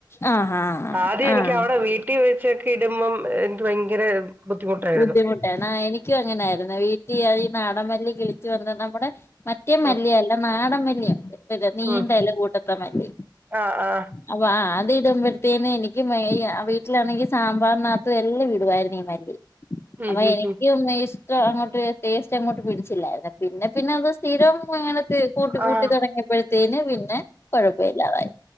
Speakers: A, on the left; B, on the right.
A: ആഹ് ആഹ്
B: ആദ്യം എനിക്ക്
A: ആഹ്
B: അവിടെ വീട്ടി വെച്ച് ക്കെ ഇണ്ടുമ്പോ ഇന്ക് ഭയങ്കര ബുദ്ധിമുട്ടായിരുന്നു
A: ബുദ്ധിമുട്ടാണ് അ എനിക്കും അങ്ങനായിരുന്നു വീട്ടി അത് ഈ നാടൻമല്ലി കിളിച്ചു വന്ന നമ്മുടെ മറ്റേ മല്ലി
B: ഉം
A: അല്ല നാടൻ മല്ല്യ <unintelligible> നീന്തല
B: ഉം
A: കൂട്ടത്തെ മതി
B: ആഹ് ആഹ്
A: അപ്പൊ ആ ആ ത് ഇടുമ്പത്തേന് എനിക്ക് <unintelligible> വീട്ടിലാണെങ്കിൽ സാമ്പാറികത്തും എല്ലാം ഇടുവായിരുന്നു ഈ മല്ലി
B: ഉം
A: അതാ
B: ഉം
A: എനിക്കും
B: ഉം
A: ഇഷ് ഇഷ്ടം അങ്ങോട്ട് ടേസ്റ്റ് അങ്ങോട്ട് പിടിച്ചില്ലായിരുന്നു, പിന്നെ പിന്നെ അത് സ്ഥിരം അങ്ങനെ. ത് കൂട്ടി
B: ആഹ്
A: കൂട്ടി തുടങ്ങിയപ്പോഴത്തേന് പിന്നെ കുഴപ്പമ ഇല്ലാതായി